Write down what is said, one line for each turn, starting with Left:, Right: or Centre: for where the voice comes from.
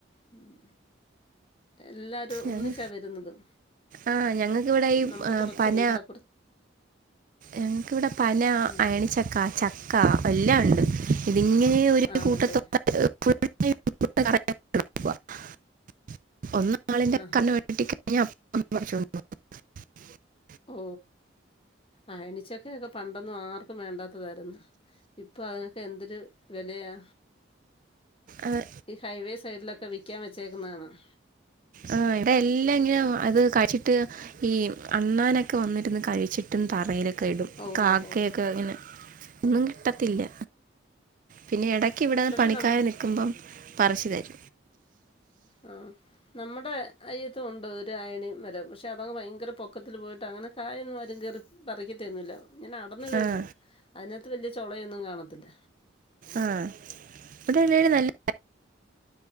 Left: ഉം എല്ലാരും ഒന്നിച്ചാ
Right: ഞങ്ങ
Left: വരുന്നതും
Right: ആഹ് ഞങ്ങൾക്കിവിടെ ഈ
Left: നമ്മുടെ
Right: ആ,
Left: കൊറച്ച്
Right: പന
Left: വീടിന്റപ്പുറ
Right: ഞങ്ങൾക്കിവിടെ പന
Left: ഉം.
Right: അയണിച്ചക്ക ചക്ക എല്ലാം ഉണ്ട്. ഇതിങ്ങനെ ഒരു
Left: ആണല്ലേ?
Right: കൂട്ടത്തോടെ <inaudible> ഒന്നാളിന്റെ
Left: ആഹാ
Right: കണ്ണ് തെറ്റി കഴിഞ്ഞ അപ്പ <unintelligible>
Left: ഓ അയണിച്ചക്കെക്കെ പണ്ടൊന്നും ആർക്കും വേണ്ടാത്തതായിരുന്നു. ഇപ്പ അതിനൊക്കെ എന്തൊരു വെലയാ.
Right: അത്
Left: ഈ ഹൈവേ സൈഡിലൊക്കെ വിക്കാൻ വെച്ചേക്കുന്ന കാണാം.
Right: ആ ഇവിടെ എല്ലാം ഇങ്ങനെ അത് കഴിച്ചിട്ട് ഈ അണ്ണാനൊക്കെ വന്നിരുന്ന് കഴിച്ചിട്ടും തറയിലൊക്കെ ക്കെ ഇടും
Left: ഓ
Right: കാക്കയൊക്കെ
Left: ഹോ ഹോ ഹോ
Right: ഇങ്ങനെ കിട്ടത്തില്ല പിന്നെ എടക്ക് ഇവിടെ
Left: പക്ഷെ
Right: പണിക്കാര്
Left: നമ്മ
Right: നിക്കുമ്പം പറിച്ച് തരും.
Left: ആ നമ്മുടെ അയ്യത്തും ഉണ്ട് ഒരു അയണി മരം പക്ഷെ അതങ്ങ് ഭയങ്കര പൊക്കത്തിൽ പോയിട്ടാണ് അങ്ങനെ കായൊന്നും ആരും കേറി പറിക്കത്തും ഒന്നുമില്ല ഇങ്ങനെ അടന്ന് വീഴും
Right: ആഹ്
Left: അതിനകത്ത് വല്ല്യ ചൊളയൊന്നും കാണത്തില്ല.
Right: ആ ഇവിടല്ലേലും നല്ല